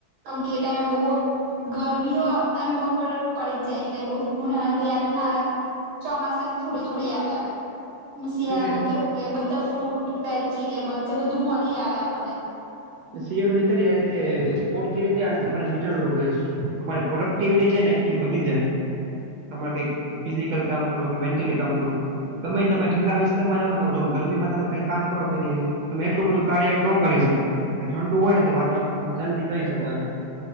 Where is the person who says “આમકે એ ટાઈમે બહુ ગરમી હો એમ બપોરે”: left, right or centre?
Right